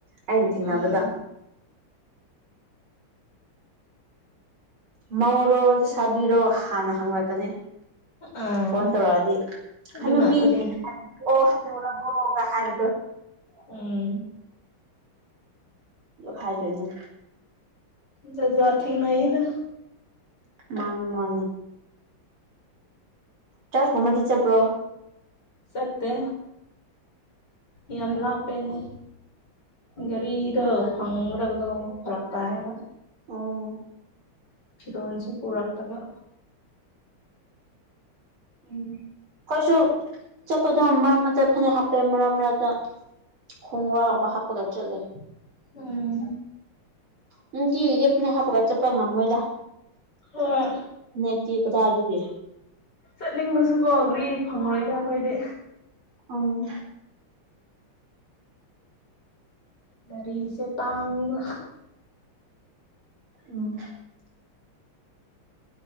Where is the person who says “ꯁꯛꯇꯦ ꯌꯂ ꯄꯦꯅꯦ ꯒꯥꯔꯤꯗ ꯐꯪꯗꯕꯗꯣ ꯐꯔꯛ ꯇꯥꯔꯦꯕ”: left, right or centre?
Left